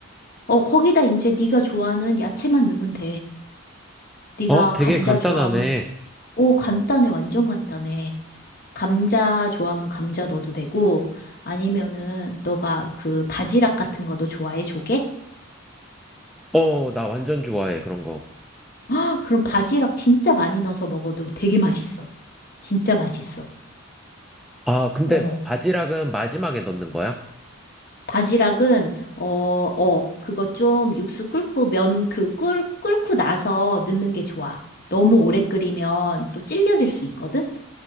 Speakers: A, on the left; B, in the centre.
A: 어, 거기다 이제 네가 좋아하는 야채만 넣으면 돼. 네가
B: 어, 되게
A: 감자
B: 간단하네.
A: 좋아하면, 오, 간단해, 완전 간단해. 감자 좋아하면 감자 넣어도 되고, 아니면은 너가 그 바지락 같은 거도 좋아해, 조개?
B: 어, 나 완전 좋아해, 그런 거.
A: 아, 그럼 바지락 진짜 많이 넣어서 먹어도 되게 맛있어. 진짜 맛있어.
B: 아, 근데
A: 어.
B: 바지락은 마지막에 넣는 거야?
A: 바지락은, 어, 어, 그거 좀 육수 끓고 면 그 끓, 끓고 나서 넣는 게 좋아. 너무 오래 끓이면 또 질겨질 수 있거든?